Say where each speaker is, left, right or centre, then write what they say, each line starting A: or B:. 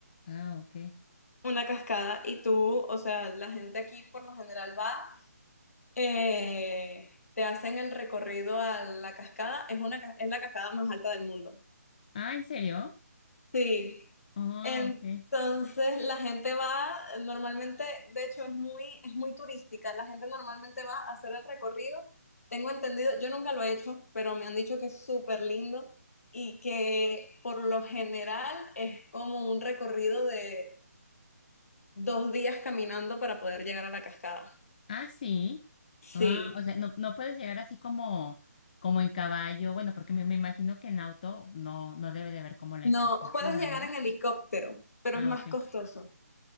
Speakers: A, on the left (about 30°); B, on the left (about 60°).
A: Ah, ok.
B: una cascada, y tú, o sea, la gente aquí por lo general va, eh, te hacen el recorrido a la cascada, es una, ca- es la cascada más alta del mundo.
A: Ah, ¿en serio?
B: Sí,
A: Ah,
B: entonces
A: ok.
B: la gente va, normalmente, de hecho es muy, es muy turística, la gente normalmente va a hacer el recorrido. Tengo entendido, yo nunca lo he hecho, pero me han dicho que es súper lindo y que por lo general es como un recorrido de dos días caminando para poder llegar a la cascada.
A: Ah, sí.
B: Sí,
A: Ah, o sea, no, no puedes llegar así como, como en caballo. Bueno, porque me, me imagino que en auto no, no debe de haber como la
B: no,
A: infraestructura,
B: puedes llegar
A: ¿no?
B: en helicóptero, pero
A: Ah,
B: es más
A: ok.
B: costoso.